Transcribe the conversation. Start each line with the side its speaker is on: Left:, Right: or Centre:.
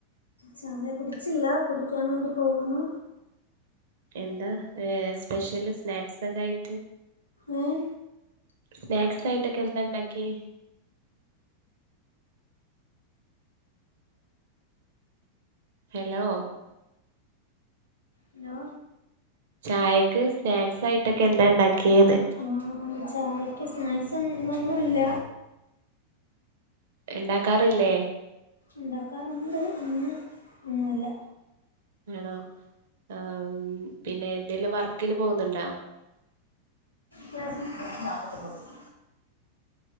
Left: ചായ കുടിച്ചില്ല കുടിക്കാൻ വേണ്ടി പോകുന്നു.
Right: എന്താ ഏഹ് സ്പെഷ്യല് സ്നാക്സ് ഒക്കെ ആയിട്ട്
Left: ഏഹ്
Right: സ്നാക്സ് ആയിട്ടൊക്കെ എന്താ ഇണ്ടാക്കിയെ? ഹലോ.
Left: ഹലോ.
Right: ചായക്ക് സ്നാക്സ് ആയിട്ടൊക്കെ എന്താ ഇണ്ടാക്കിയെന്ന്?
Left: ആഹ് ചായക്ക് സ്നാക്സ് ഒന്നുവില്ല.
Right: ഇണ്ടാക്കാറില്ലേ?
Left: ഇണ്ടാക്കാറുണ്ട് ഇന്ന് ഒന്നുല്ല.
Right: ആണോ ആഹ് പിന്നെ എന്തേലും വർക്കിന് പോകുന്നുണ്ടാ?
Left: നൂറ്റി നാൽപ്പതി ഒൻപത് രൂപ.